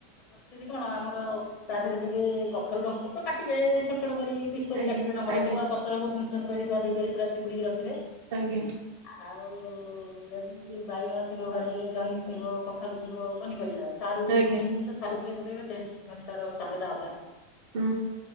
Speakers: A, on the left; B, on the right.
A: ପ୍ରସ୍ତୁତି କଣ, ଆମର ତା, ଧେରେ ଟିକେ କଖାରୁ ଡଙ୍କ କୁତ କାଟିବେ, ଛୋଟ ଛୋଟ କରି ପିସ୍ କରି
B: ଆଜ୍ଞା
A: କାଟିବେ, ଡଙ୍କଟାକୁ।
B: ଆଜ୍ଞା
A: ଆଉ, ପତ୍ର କୁ ଚୁନ୍ ଚୁନ୍ କରି ଧୁଆ ଧୁଇ ଧରି ପୁରା ଚିପୁଡ଼ିକି ରଖିବେ।
B: ଆଜ୍ଞା।
A: ଆଉ-ଉ ଯଦି ବାଇଗଣ ଥିବ ଘରେ, ଜହ୍ନି ଥିବ, କଖାରୁ ଥିବ ପନିପରିବା ସାରୁ ମେନ୍
B: ଆଜ୍ଞା
A: ଜିନିଷ ସାରୁ ଟିକେ ପକେଇବେ, ଟେଷ୍ଟ ମାନେ ତାର ସ୍ୱାଦ ଟା ଅଲଗା।
B: ହୁଁ।